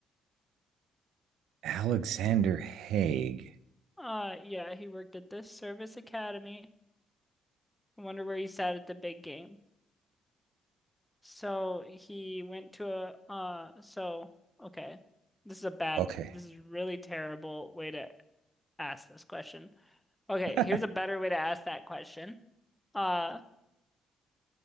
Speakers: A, on the right; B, in the centre.
A: Alexander Haig.
B: Uh, yeah, he worked at this service academy. I wonder where he sat at the big game. So he went to a uh so okay. This is a bad
A: Okay.
B: this is a really terrible way to ask this question. Okay,
A: <laughs>
B: here's a better way to ask that question. Uh,